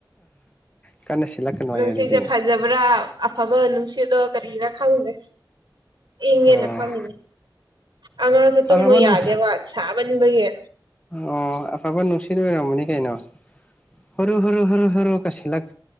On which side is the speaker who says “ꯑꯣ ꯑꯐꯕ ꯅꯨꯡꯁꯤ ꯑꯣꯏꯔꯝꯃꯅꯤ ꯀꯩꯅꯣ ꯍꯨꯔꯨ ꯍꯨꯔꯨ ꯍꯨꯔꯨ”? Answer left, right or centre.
Left